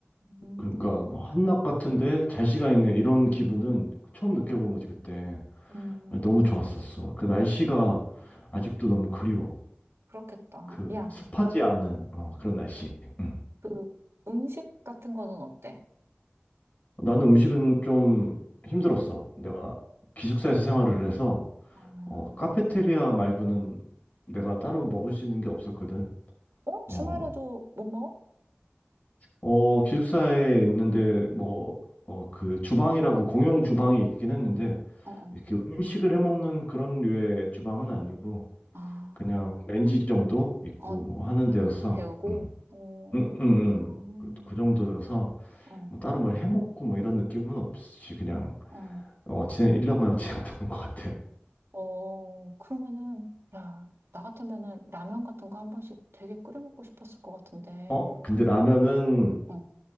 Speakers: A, on the right; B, on the left.
A: 음,
B: 그러니까 한낮 같은데 잘 시간이네. 이런 기분은 처음 느껴본
A: 음.
B: 거지, 그때.
A: 음,
B: 너무 좋았었어. 그 날씨가 아직도 너무 그리워.
A: 그렇겠다.
B: 그
A: 야,
B: 습하지 않은 어, 그런 날씨. 응.
A: 그 음식 같은 거는 어때?
B: 나는 음식은 좀 힘들었어. 내가 기숙사에서 생활을 해서
A: 아.
B: 어, 카페테리아 말고는 내가 따로 먹을 수 있는 게 없었거든.
A: 어?
B: 어,
A: 주말에도 못 먹어?
B: 어, 기숙사에 있는데 뭐, 어, 그 주방이라고 공용 주방이 있긴 했는데
A: 어, 어.
B: 이렇게 음식을 해 먹는 그런 류의 주방은 아니고
A: 아,
B: 그냥 렌지 정도 있고
A: 어,
B: 뭐 하는 데여서
A: 데우고?
B: 음,
A: 어,
B: 음, 음,
A: 그렇구나.
B: 음. 그, 그 정도여서
A: 어,
B: 뭐 따로 뭘 해 먹고 뭐 이런 느낌은 없이 그냥
A: 어.
B: 어, 지난 1년간 <laughs> 지냈던 것 같아.
A: 어, 그러면은, 야, 나 같으면은 라면 같은 거 한 번씩 되게 끓여 먹고 싶었을 것 같은데.
B: 어, 근데 라면은
A: 어,